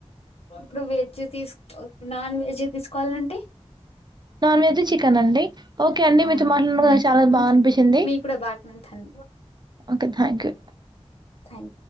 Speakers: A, on the left (about 65°); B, on the right (about 40°).
A: ఇప్పుడు వెజ్ తీసుకో నాన్ వెజ్ తీసుకోవాలంటే
B: నాన్ వెజ్ చికెన్ అండి ఓకే అండి
A: ఆ
B: మీతో మాట్లాడన
A: మీకు
B: నా చాలా బాగా అనిపించింది
A: మీకు కూడా బాగానే
B: ఓకే థ్యాంక్ యూ
A: థ్యాంక్